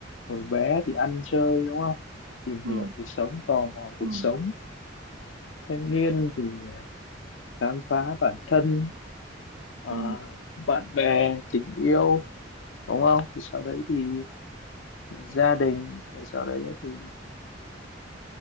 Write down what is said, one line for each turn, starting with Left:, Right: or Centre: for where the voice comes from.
Left: hồi bé thì ăn chơi đúng không tìm
Right: ừ,
Left: hiểu
Right: ừ,
Left: cuộc sống tò mò cuộc
Right: ừ. ừ,
Left: sống thanh niên thì à, khám phá bản thân ờ,
Right: ừ.
Left: bạn bè tình yêu đúng không thì sau đấy thì gia đình rồi sau đấy nữa thì